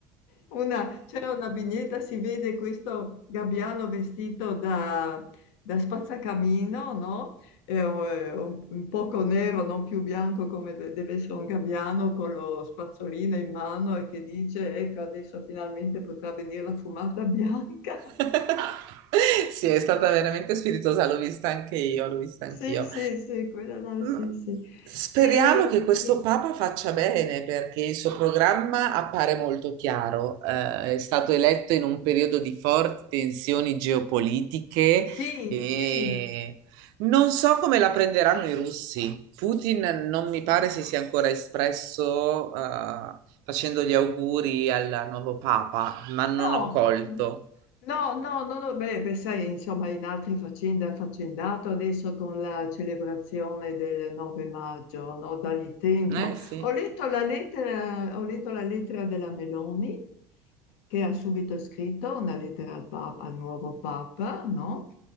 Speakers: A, on the left (about 80°); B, on the right (about 60°).
A: Una- c'è una vignetta, si vede questo gabbiano vestito da, da spazzacamino, no? È un, è un- un poco nero, non più bianco come de- deve essere un gabbiano, con lo spazzolino in mano e che dice, ecco, adesso finalmente potrà venire la fumata bianca.
B: <laughs> Sì, è stata veramente spiritosa, l'ho vista anche
A: <laughs>
B: io, l'ho vista anch'io.
A: Sì, sì, sì, quella là,
B: Mm,
A: sì, sì.
B: Speriamo
A: E,
B: che questo
A: sì,
B: Papa faccia bene perché il suo programma appare molto chiaro. Eh, è stato eletto in un periodo di forti tensioni geopolitiche
A: sì,
B: e
A: sì.
B: non so come la prenderanno i russi. Putin non mi pare si sia ancora espresso, eh, facendo gli auguri al nuovo Papa, ma non
A: No,
B: ho colto.
A: no. No, no, no, no, beh, beh, sai, insomma, in altre faccende ha affaccendato adesso con la celebrazione del 9 maggio, no? Dagli tempo.
B: Eh sì.
A: Ho letto la lettera, ho letto la lettera della Meloni che ha subito scritto, una lettera al Papa, al nuovo Papa, no?